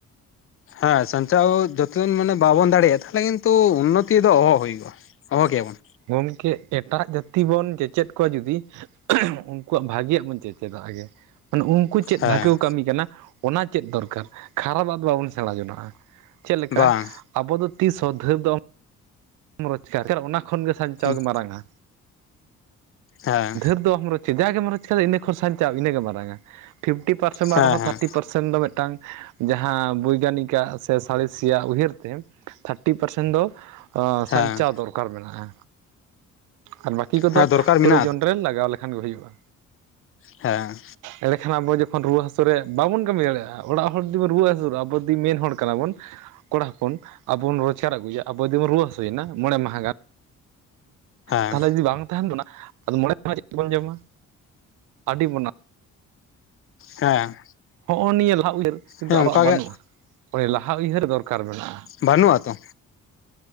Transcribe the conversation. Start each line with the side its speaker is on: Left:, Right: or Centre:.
Left: ᱦᱮᱸ ᱥᱟᱧᱪᱟᱣ ᱡᱚᱛᱚ ᱢᱟᱱᱮ ᱵᱟᱵᱚᱱ ᱫᱟᱲᱮᱭᱟᱜᱼᱟ ᱛᱟᱦᱚᱞᱮ ᱠᱤᱱᱛᱩ ᱩᱱᱚᱛᱤ ᱫᱚ ᱚᱦᱚ ᱦᱩᱭᱚᱜᱼᱟ ᱚᱦᱚ ᱜᱮᱭᱟᱵᱚᱱ
Right: ᱜᱚᱝᱠᱮ ᱮᱴᱟᱜ ᱡᱟᱹᱛᱤ ᱵᱚᱱ ᱪᱮᱪᱮᱫ ᱠᱚᱣᱟ ᱡᱩᱫᱤ ᱩᱱᱠᱩᱣᱟᱜ ᱵᱷᱟᱹᱜᱤᱭᱟᱜ ᱵᱚᱱ ᱪᱮᱫᱪᱮᱫᱟ ᱟᱜᱮ ᱢᱟᱱᱮ ᱩᱱᱠᱩ ᱪᱮᱫ ᱵᱷᱟᱜᱮ
Left: ᱦᱮᱸ
Right: ᱠᱚ ᱠᱟᱹᱢᱤ ᱠᱟᱱᱟ ᱚᱱᱟ ᱪᱮᱫ ᱫᱚᱨᱠᱟᱨ ᱠᱷᱟᱨᱟᱯ ᱟᱟᱜ ᱫᱚ ᱵᱟᱵᱚᱱ ᱥᱮᱬᱟ ᱡᱚᱱᱟᱜᱼᱟ ᱪᱮᱫ ᱞᱮᱠᱟ
Left: ᱵᱟᱝ
Right: ᱟᱵᱚ ᱫᱚ ᱛᱤᱥ ᱦᱚᱸ ᱫᱷᱟᱹᱨ ᱫᱚ <unintelligible> ᱨᱳᱡᱽᱜᱟᱨ ᱚᱱᱟ ᱠᱷᱚᱱᱜ ᱥᱟᱧᱪᱟᱣ
Left: ᱦᱮᱸ
Right: ᱜᱮ ᱢᱟᱨᱟᱝ-ᱟ
Left: ᱦᱮᱸ
Right: ᱰᱷᱟᱹᱨ ᱫᱚ ᱟᱢ ᱨᱚᱡᱟ ᱡᱟᱜᱮᱢ ᱨᱚᱡᱽ ᱠᱟᱫᱟ ᱤᱱᱟᱹ ᱠᱷᱚᱱ ᱥᱟᱧᱪᱟᱣ ᱤᱱᱟᱹᱜᱮ ᱢᱟᱨᱟᱝᱟ ᱯᱷᱤᱯᱴᱤ ᱯᱟᱨᱥᱮᱱᱴ ᱵᱟᱝ
Left: ᱦᱮᱸ
Right: ᱨᱮᱦᱚᱸ ᱛᱷᱟᱨᱴᱤ ᱯᱟᱨᱥᱮᱱ ᱫᱚ ᱢᱤᱫᱴᱟᱝ ᱡᱟᱦᱟᱸ ᱵᱳᱭᱜᱟᱱᱤᱠ ᱟᱜ ᱥᱮ ᱥᱟᱬᱮᱥᱤᱭᱟᱜ ᱩᱭᱦᱟᱹᱨ ᱛᱮ ᱛᱷᱟᱨᱴᱤ ᱯᱟᱨᱥᱮᱱ ᱫᱚ, ᱚᱸ.. ᱥᱟᱧᱪᱟᱣ
Left: ᱦᱮᱸ
Right: ᱫᱚᱨᱠᱟᱨ ᱢᱮᱱᱟᱜᱼᱟ ᱟᱨ ᱵᱟᱹᱠᱤ ᱠᱚᱫᱚ
Left: ᱦᱮᱸ ᱫᱚᱨᱠᱟᱨ
Right: ᱯᱨᱚᱭᱳᱡᱚᱱ
Left: ᱢᱮᱱᱟᱜᱼᱟ
Right: ᱨᱮ ᱞᱟᱜᱟᱣ ᱞᱮᱠᱷᱟᱱ ᱠᱷᱟᱱ ᱜᱮ ᱦᱩᱭᱩᱜᱼᱟ
Left: ᱦᱮᱸ
Right: ᱮᱸᱰᱮ ᱠᱷᱟᱱ ᱟᱵᱚ ᱡᱚᱠᱷᱚᱱ ᱨᱩᱣᱟᱹ ᱦᱟᱹᱥᱩ ᱨᱮ ᱵᱟᱵᱚᱱ ᱠᱟᱹᱢᱤ ᱫᱟᱲᱮᱭᱟᱜᱼᱟ ᱚᱲᱟᱜ ᱦᱚᱲ ᱡᱩᱫᱤ ᱵᱚᱱ ᱨᱩᱣᱟᱹ ᱦᱟᱹᱥᱩᱨᱚᱜᱼᱟ, ᱟᱵᱚ ᱫᱤ ᱢᱮᱱ ᱦᱚᱲ ᱠᱟᱱᱟ ᱵᱚᱱ ᱠᱚᱲᱟ ᱦᱚᱯᱚᱱ ᱟᱵᱚ ᱵᱚᱱ ᱨᱳᱡᱽᱜᱟᱨ ᱟᱹᱜᱩᱭᱟ ᱟᱵᱚ ᱡᱩᱫᱤ ᱵᱚᱱ ᱨᱩᱣᱟᱹ ᱦᱟᱹᱥᱩᱭᱮᱱᱟ ᱢᱚᱬᱮ ᱢᱟᱦᱟ ᱜᱟᱱ
Left: ᱦᱮᱸ
Right: ᱛᱟᱦᱚᱞᱮ ᱡᱩᱫᱤ ᱵᱟᱝ ᱛᱟᱦᱮᱱ ᱵᱚᱱᱟ ᱟᱫᱚ ᱢᱚᱬᱮ ᱢᱟ ᱪᱮᱫ ᱵᱚᱱ ᱡᱚᱢᱟ ᱟᱹᱰᱤ ᱵᱚᱱᱟ
Left: ᱦᱮᱸ
Right: ᱦᱚᱦᱚ ᱱᱤᱭᱟᱹᱞᱟᱦᱟ ᱩᱭᱦᱟᱨ ᱠᱤᱱᱛᱩ
Left: ᱦᱮᱸ
Right: ᱟᱵᱚᱣᱟᱜ
Left: ᱚᱱᱠᱟ
Right: ᱵᱟᱱᱩᱟ-ᱟ
Left: ᱜᱮ
Right: ᱦᱚᱭ ᱞᱟᱦᱟ ᱩᱭᱦᱟᱨ ᱫᱚᱨᱠᱟᱨ ᱢᱮᱱᱟᱜ-ᱟ
Left: ᱵᱟᱹᱱᱩᱜᱼᱟ ᱛᱚ